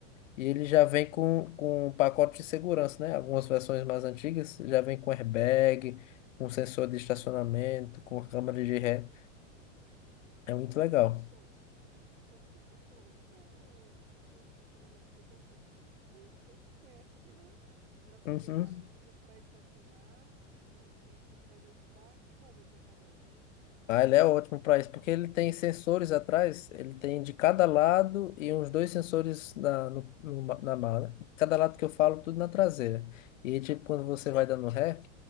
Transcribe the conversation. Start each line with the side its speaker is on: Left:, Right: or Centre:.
Left: E ele já vem com, com um pacote de segurança, né? Algumas versões mais antigas já vem com airbag, com sensor de estacionamento, com câmera de ré.
Right: Nossa,
Left: É muito
Right: como
Left: legal.
Right: que funciona? Porque como que funciona esse sensor de estacionamento? Porque assim, eu sou péssima para fazer
Left: Uhum.
Right: baliza, para estacionar, e isso vai me ajudar como exatamente?
Left: Ah, ele é ótimo para isso, porque ele tem sensores atrás, ele tem de cada lado e uns dois sensores na, no, no ma- na mala. Cada lado que eu falo, tudo na traseira. E tipo, quando você vai dando ré,